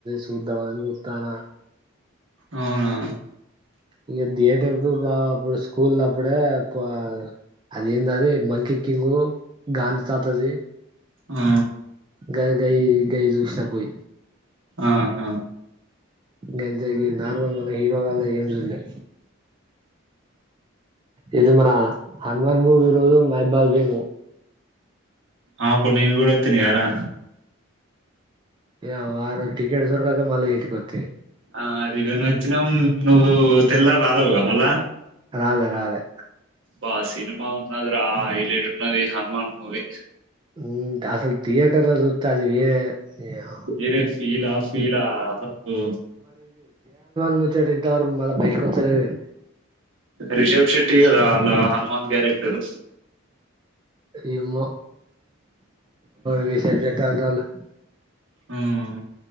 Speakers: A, on the right (about 20°); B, on the right (about 65°).
A: చూద్దాం అని చూప్తాను
B: అవునా
A: ఇక థియేటర్ క అప్పుడు స్కూల్ అప్పుడే ఆ అదిేందది మంకీ కింగ్ గాంధి తాతది
B: ఆ
A: గయ్ గయ్ గయి చూ చపు
B: ఆహ
A: గంతె ఈ నార్మల్ మన హీరో వాళ్ళవి ఎంచూల్లే ఇది మన హనుమాన్ మూవీ లో మైబాగవి ను
B: ఆ పండు ను కూడా తినేయరా
A: య ఆరు టికెట్ దొరకక మల్లా ఈడికొత్తి
B: ఆ రిటన్ వచ్చినామ్ నువ్వు తెల్లారి రాలేవుగా మళ్ళా
A: రాలే రాలె
B: బా సినిమా ఉన్నది రా హైలట్ ఉన్నది హనుమాన్ మూవీ
A: మ్మ్ అసలు థియేటర్ల లో చూత్తే అది వేరే యా.
B: వేరే ఫీలా ఫీలా వస్తు
A: కూర్చొని తింటారు మళ్ళబయటకి వచ్చలేదండి
B: రిషబ్ శెట్టి కదా అలా హనుమాన్ క్యారెక్టరు
A: ఏమో రిషబ్ శెట్టి అంటాన్డు
B: ఉమ్.